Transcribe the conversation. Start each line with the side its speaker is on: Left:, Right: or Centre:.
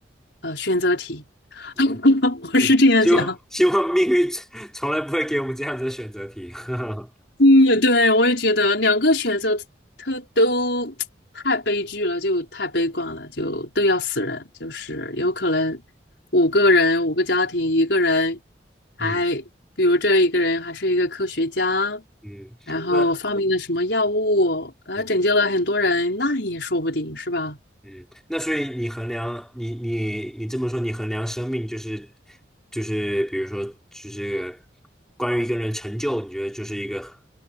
Left: 呃选择题，
Centre: 嗯
Left: <laughs> 我是这样想。
Centre: 嗯，希望希望命运从从来不会给我们这样子的选择题，<laughs>
Left: 嗯，对，我也觉得两个选择特都太悲剧了，就太悲观了，就都要死人。就是有可能五个人，五个家庭，一个人还，
Centre: 嗯。嗯
Left: 比如这一个人还是一个科学家，
Centre: 嗯，
Left: 然嗯后发明了什么药物，
Centre: 那
Left: 还拯救了很多人，
Centre: 嗯
Left: 那也说不定是吧？
Centre: 嗯，那所以你衡量你你你这么说，你衡量生命就是就是比如说就是关于一个人成就，你觉得就是一个